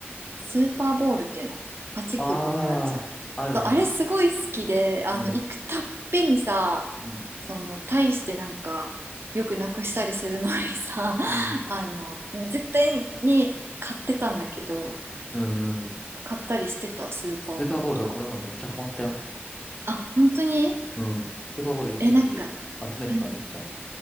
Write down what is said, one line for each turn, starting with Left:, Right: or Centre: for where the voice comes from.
Right: スーパーボールっていうの弾くボールあるじゃんあれすごい好きであの行くたっぺんにさ
Left: ああ、あるね。うん、うん、
Right: その大してなんかよくなくしたりするのにさ <laughs>
Left: うん、
Right: あの絶対に買ってたんだけど
Left: うん、うん。
Right: 買ったりしてたスーパーボールとか
Left: スーパーボール、俺もめっちゃハマったよ。
Right: あ本当に
Left: うん。スーパーボール一時期集めてためっちゃ。
Right: えなんか、うん、